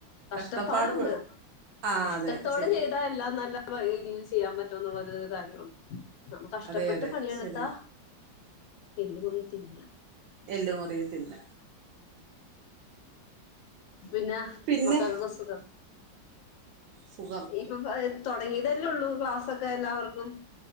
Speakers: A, on the left (about 80°); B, on the right (about 80°).
A: കഷ്ടപ്പാടുണ്ട്
B: കഷ്ടപ്പാട് ആഹ്
A: ഇഷ്ടത്തോടെ
B: അതെ ശരിയാ
A: ചെയ്താ എല്ലാം നല്ല രീ തിൽ ചെയ്യാൻ പറ്റും എന്നുള്ളരു കാര്യമാണ് നമ്മ കഷ്ടപ്പെട്ട്
B: അതെ അതെ
A: പണിയെടുത്താ
B: ശരിയാ
A: എല്ലു മുറിയെ തിന്നാം
B: എല്ലുമുറിയെ തിന്നാം
A: പിന്ന
B: പിന്നെ
A: മക്കക്കൊക്കെ സുഖം
B: സുഖം
A: ഇപ്പൊ <unintelligible> തൊടങ്ങിയതല്ലേള്ളൂ ക്ലാസ്സൊക്കെ എല്ലാവർക്കും